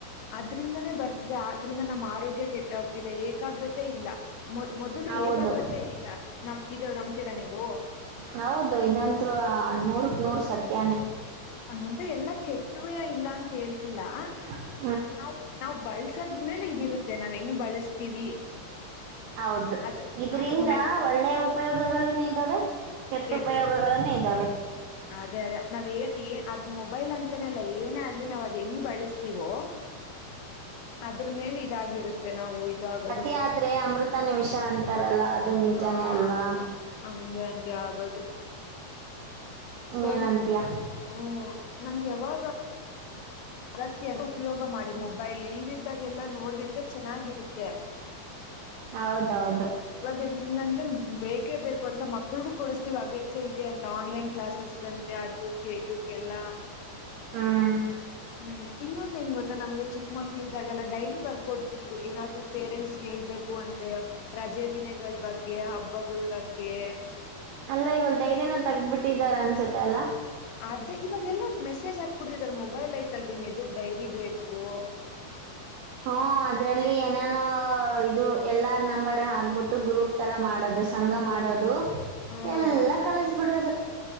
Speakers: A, on the left (about 75°); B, on the right (about 85°).
A: ಅದ್ರಿಂದನೇ ಬರ್ತಿದೆ ಆದ್ರಿಂದ ನಮ್ಮ್ ಆರೋಗ್ಯ ಕೆಟ್ಟ ಹೋಗ್ತಿದೆ ಏಕಾಗ್ರತೆ ಇಲ್ಲ. ಮೊ ಮೊದಲು
B: ಹೌದು
A: ಏಕಾಗ್ರತೆ ಇಲ್ಲ ನಮ ಇದು ನಂಬ್ತೀರಾ ನೀವು.
B: ಹೌದು ಇದಂತ್ರು ನೂರಕ್ ನೂರ್ ಸತ್ಯಾನೇ.
A: ಹಂಗಂತ ಎಲ್ಲಾ ಕೆಟ್ಟುವೇ ಇಲ್ಲ ಅಂತ ಹೇಳ್ತಿಲ್ಲಾ.
B: <inaudible>
A: ನಾವ್ ನಾವ್ ಬಳಸೋದ್ರ ಮೇಲೆ ಇದಿರುತ್ತೆ ನಾವ್ ಹೆಂಗ್ ಬಳಸ್ತೀವಿ.
B: ಹೌದು
A: ಅದ್
B: ಇದರಿಂದ
A: ಅದ್ರ ಮೇಲೆ
B: ಒಳ್ಳೆ ಉಪಯೋಗಗಳೇನು ಇದ್ದಾವೆ. ಕೆಟ್ಟ
A: ಕೆಟ್ಟು
B: ಉಪಯೋಗಗಳನ್ನೇ ಇದ್ದಾವೆ..
A: ಅದೇ ಅದೇ ನಾವ್ ಏನ್ ಏ ಅದ್ ಮೊಬೈಲ್ ಅಂತಾನ ಅಲ್ಲ ಏನೇ ಆಗ್ಲಿ ನಾವ್ ಅದ್ ಹೆಂಗ್ ಬಳಸ್. ತ್ತಿವೋ ಅದ್ರ ಮೇಲೆ ಇದಾಗಿರುತ್ತೆ ನಾವು. ಇದಾಗೋದು
B: ಅತಿ ಆದ್ರೆ ಅಮೃತ ನು ವಿಷ ಅಂತಾರಲ್ಲ. ನಿಜಾನೇ
A: ಹಾ
B: ಅಲ್ವಾ
A: ಹಂಗೆ ಹಂಗೆ ಆಗೋದು. ಸ್ವಲ್
B: ಏನಂತೀಯ
A: ಹ ನಮ್ಗೆ ಯಾವಾಗ. ಅಗತ್ಯ ಉಪಯೋಗ ಮಾಡಿ ಮೊಬೈಲ್ ಇಲ್ದಿದ್ದಾಗ ಎಲ್ಲಾ ನೋಡದಿದ್ರೆ ಚೆನ್ನಾಗಿರುತ್ತೆ. <inaudible>
B: ಹೌದೌದು.
A: ಇವಾಗ ನ್ಂಗ ಅಂದ್ರೆ ಬೇಕೇ ಬೇಕು ಅಂತ ಮಕ್ಳಗೂ ಕೊಡಿಸತಿವ ಅಗತ್ಯ ಇದೆ ಅಂತ ಆನ್ಲೈನ್ ಕ್ಲಾಸಸ್. ಅಂತೆ ಅದ್ದಕ್ಕೆ ಇದಕ್ಕೆಲ್ಲ.
B: ಹ್ಮ್
A: ಹ್ಮ್ ಇನ್ನೊಂದ ಏನ್ ಗೊತ್ತ ನಮ್ಗೆ ಚಿಕ್ಕ ಮಕ್ಳ ಇದ್ದಾಗೆಲ್ಲಾ ಡೈರಿ ಬರ್ಕೊಡ್ತಿದ್ರು ಏನಾದ್ರು ಪೇರೆಂಟ್ಸ್ ಹೇಳ್ಬೇಕು. ಕು ಅಂದ್ರೆ ರಜೆ ದಿನಗಳ ಬಗ್ಗೆ ಹಬ್ಬಗಳ ಬಗ್ಗೆ.
B: ಅಲ್ಲ ಇವಾಗ ಡೈರಿನ ತಗದ ಬಿಟ್ಟಿದಾರ ಅನ್ಸತ್ತೆ ಅಲ್ಲಾ.
A: ಅ ಇವಾಗೆಲ್ಲ ಮೆಸೇಜ್ ಹಾಕ್ಬಡತಿದ್ದಾರೆ ಮೊಬೈಲ್ ಐತಲ್ವ ಇನ್ದುಗ್ ಡೈರಿ ಬೇಕು.
B: ಹ್ಮ ಅದ್ರಲ್ಲಿ ಏನೇನೋ ಇದು ಎಲ್ಲಾರ್ ನಂಬರ್ ಹಾಕ್ಬಿಟ್ಟು ಗ್ರೂಪ್. ತರ ಮಾಡೋದು ಸಂಘ ಮಾಡೋದು
A: ಹ್ಮ್
B: ಎಲ್ಲಾ ಕಳಸ್ಬಿಡೋದು.